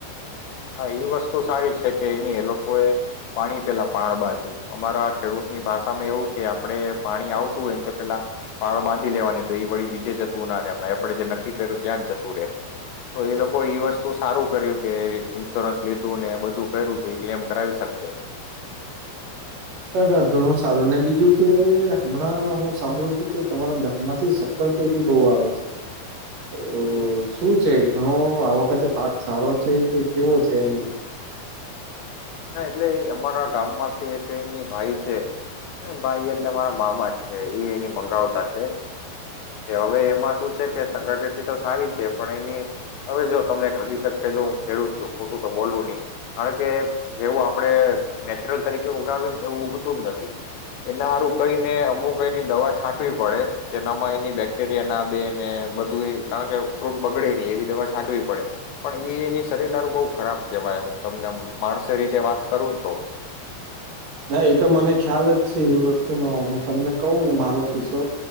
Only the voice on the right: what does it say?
દાદા ઘણું સારું અને બીજું કે હમણાં હું સાંભળું છું કે તમારા ગામ માંથી શક્કર કેટી બહુ આવે છે તો શું છે ઘણો આ વખતે પાક સારો છે કે કેવો છે એમ?
ના એ તો મને ખ્યાલ જ છે એ વસ્તુનો હું તમને કહ ને મારો કિસ્સો